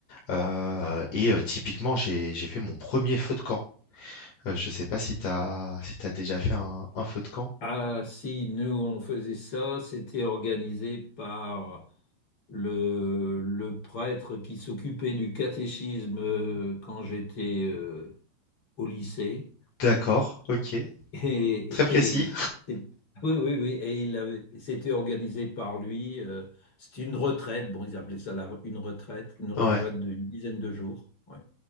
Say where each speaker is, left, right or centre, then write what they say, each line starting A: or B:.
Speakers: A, on the left (about 45°); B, on the left (about 30°).
A: Euh, et euh, typiquement, j'ai, j'ai fait mon premier feu de camp. Euh, je sais pas si t'as, si t'as déjà fait un, un feu de camp.
B: Ah, si, nous, on faisait ça, c'était organisé par le, le prêtre qui s'occupait du catéchisme euh, quand j'étais euh, au lycée.
A: D'accord, ok.
B: <laughs> Et,
A: Très précis.
B: et- et- oui, oui, oui, et il avait, c'était organisé par lui. euh, c'était une retraite, bon, ils appelaient ça la- une retraite, une retraite
A: Ouais,
B: d'une dizaine de jours. ouais.